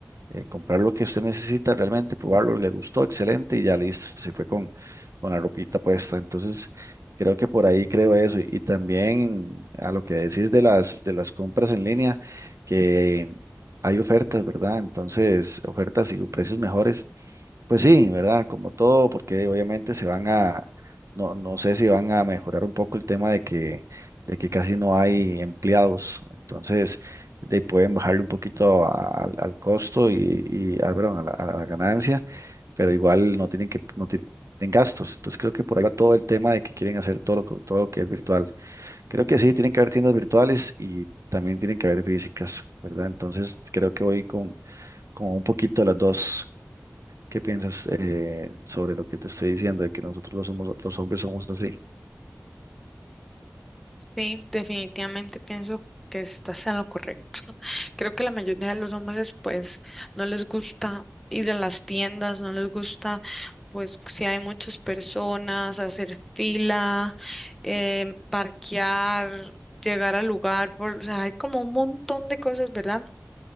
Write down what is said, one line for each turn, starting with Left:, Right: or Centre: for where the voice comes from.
Right: eh, comprar lo que usted necesita realmente, probarlo, le gustó, excelente, y ya listo, se fue con, con la ropita puesta. Entonces, creo que por ahí creo eso. Y, y también a lo que decís de las, de las compras en línea, que hay ofertas, ¿verdad? Entonces, ofertas y precios mejores. Pues sí, ¿verdad? Como todo, porque obviamente se van a, no, no sé si van a mejorar un poco el tema de que, de que casi no hay empleados. Entonces, de, ahí pueden bajarle un poquito a- al al costo y, y ah, perdón, a la, a la ganancia, pero igual no tienen que, no tienen gastos. Entonces, creo que por ahí va todo el tema de que quieren hacer todo lo, que- todo lo que es virtual. Creo que sí, tienen que haber tiendas virtuales y también tienen que haber físicas, ¿verdad? Entonces, creo que voy con, con un poquito de las dos. ¿Qué piensas eh, sobre lo que te estoy diciendo, de que nosotros los, somos, los hombres somos así?
Centre: Sí, definitivamente pienso que estás en lo correcto. Creo que la mayoría de los hombres pues no les gusta ir a las tiendas, no les gusta pues si hay muchas personas, hacer fila, eh, parquear, llegar al lugar, por, o sea, hay como un montón de cosas, ¿verdad?